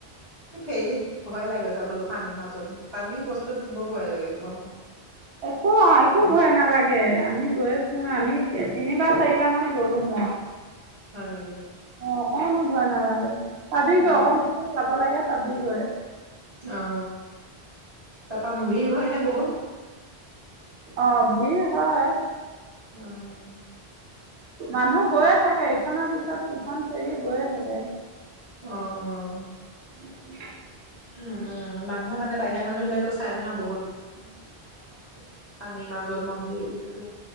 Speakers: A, on the right; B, on the right.
A: এই ফেৰীত ভয় লাগে যাবলৈ পানীৰ মাজত, পানীৰ বস্তুটোত বৰ ভয় লাগে ভয় কৰো।
B: একো- একো ভয় নালাগে, আমি গৈছো আমি তিনিবাৰ চাৰিবাৰ মান গলো মই।
A: হয় নেকি
B: অঁ অকনো ভয় নালাগে। <inaudible> পাবি
A: উম
B: গৈ অকমান দুৰ যাব লাগে। চাবি গৈ।
A: অ', তাৰপা ভিৰ হয় নে বহুত।
B: অ' ভিৰ হয়
A: অঁ
B: মানুহ গৈয়ে থাকে, ইখনৰ পিছত সিখন ফেৰি গৈয়ে থাকে।
A: অঁ অঁ
B: <inaudible>
A: উম- উম মানুহৰ মানে বাহিৰা মানুহ বিলাকেও চাই ন বহুত। পানীৰ মাজত মন্দিৰ বুলি ক'লে।